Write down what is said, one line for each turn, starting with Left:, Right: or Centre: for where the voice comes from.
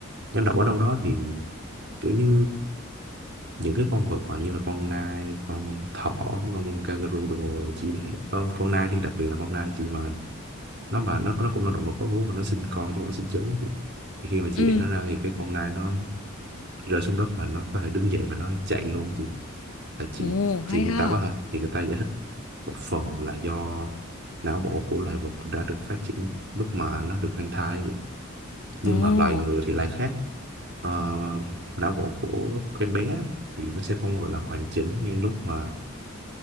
Right: em đọc ở đâu đó thì kiểu như những cái con vật mà như là con nai con thỏ con kangaroo đồ chỉ để ờ, con nai đi đặc biệt là con nai chị mà nó mà nó nó cũng là động vật có vú và nó sinh con chứ không phải sinh trứng chị thì khi mà chị
Left: ừ
Right: để nó ra thì cái con nai nó rơi xuống đất và nó có thể đứng dậy và nó chạy luôn chị là chị
Left: ồ
Right: thì
Left: hay
Right: người
Left: ha
Right: ta có thể thì người ta giải thích một phần là do não bộ của loài vật đã được phát triển lúc mà nó được mang thai nhưng
Left: ồ
Right: mà loài người thì lại khác Ờ, não bộ của em bé thì nó sẽ không gọi là hoàn chỉnh ngay lúc mà